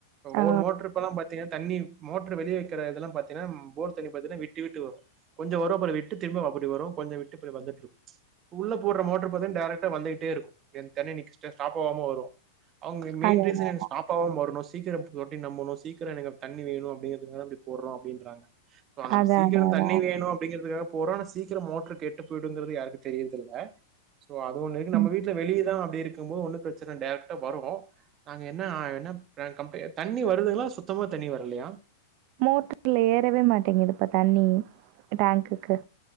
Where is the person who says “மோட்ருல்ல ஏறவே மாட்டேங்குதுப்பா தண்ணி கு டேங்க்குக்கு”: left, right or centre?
Right